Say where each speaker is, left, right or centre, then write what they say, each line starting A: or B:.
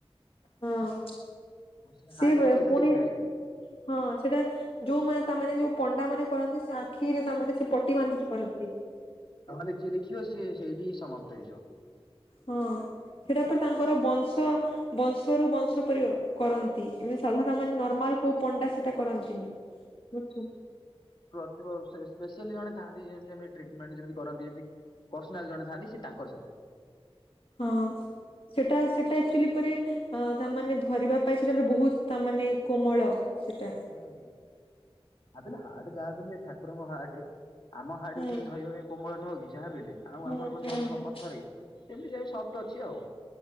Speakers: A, on the left; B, on the left.
A: ହଁ,
B: ଆଉ ହାର୍ଟକୁ
A: ସେ <unintelligible>
B: କେହି ଦେଖିପାରିବେନି
A: ହଁ ସେଟା ଯୋଉମାନେ ତା ମାନେ ଯୋଉ ପଣ୍ଡାମାନେ କରନ୍ତି ସା ଆଖିରେ ତା ମାନେ ସେ ପଟି ବାନ୍ଧିକି କରନ୍ତି।
B: ତାହେଲେ ଯିଏ ଦେଖିବ ସିଏ ସେଇଠି ସମାପ୍ତ ହେଇଯିବ।
A: ହଁ ସେଟା ତ ତାଙ୍କର ବଂଶ ବଂଶରୁ ବଂଶ ପରି ଆଉ କରନ୍। ନ୍ତି ଏମିତି ସାଧାରଣ ମାନେ ନର୍ମାଲ କୋଉ ପଣ୍ଡା ସେଟା କରନ୍ତିନି, ବୁଝୁଛ।
B: କରୁଥିବ ଆଉ ସେ ସ୍ପେସିୟାଲି ଜଣେ ଥାନ୍ତି ଯେମିତି ଟ୍ରିଟମେଣ୍ଟ୍ ଯେମିତି କରନ୍ତି ଯେମିତି ପର୍ସନାଲ ଜଣେ ଥାନ୍ତି ସେ ତାଙ୍କର ସେଇଟା।
A: ହଁ ସେଟା ସେଟା ଆକ୍ଚୁଆଲି ପରେ ହଁ ତା ମାନେ ଧରିବା ପାଇଁ ସେଟା <inaudible> ବହୁତ ତା ମାନେ କୋମଳ ସେଟା।
B: ହୁଁ ହୁଁ, ଯାହାବିହେଲେ ହାର୍ଟ ଯାହା ବି ହେଲେ ଠାକୁରଙ୍କ ହାର୍ଟେ। ଆମ ହାର୍ଟ
A: ହୁଁ
B: ବି ସେମତି ଧରିବା ପାଇଁ କୋମଳ ନୁହଁ କି ଯାହା ବି ହେଲେ ଆଉ
A: ହୁଁ
B: ଆମର କଣ
A: ହୁଁ
B: ଯାହା ବି ହେଲେ କଣ
A: ହୁଁ
B: ପଥର କି। ସେମିତି ଯୋଉ ସଫ୍ଟ ଅଛି ଆଉ।